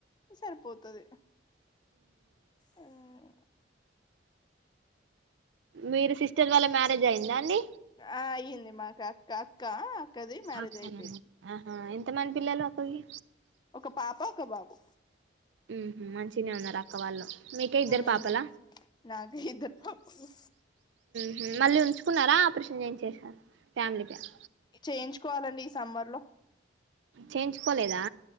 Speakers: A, on the left; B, on the right.
A: సరిపోత్ తది అ <inaudible>
B: మీరు సిస్టర్ వాళ్ళ మ్యారేజ్ అయిందా అండి.
A: ఆ అయ్యింది మాకా అక్క అక్కది మ్యారేజ్
B: అక్కనండి
A: అయిపోయింది
B: ఆహా ఎంతమంది పిల్లలు అక్కకి
A: ఒక పాప ఒక బాబు
B: ఉహు మంచినే ఉన్నరా అక్క వాళ్ళు మీకే ఇద్దరు
A: ఉమ్
B: పాపలా
A: నాకే ఇద్దరు పాపలు
B: హు మళ్ళీ ఉంచుకున్నారా ఆపరేషన్ చేయించేశారా ఫ్యామిలీ ప్యాక్
A: చేయించుకోవాలండి. సమ్మర్ లో
B: చేయించుకోలేదా.